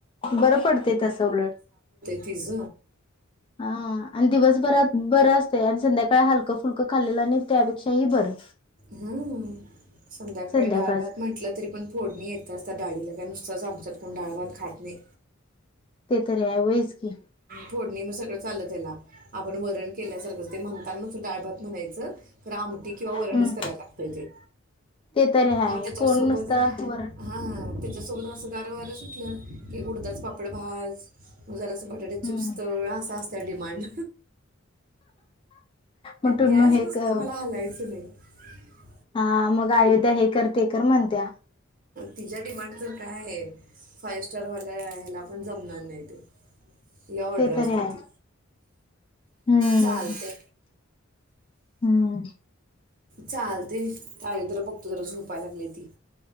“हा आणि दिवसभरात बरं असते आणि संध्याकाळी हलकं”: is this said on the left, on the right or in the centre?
Left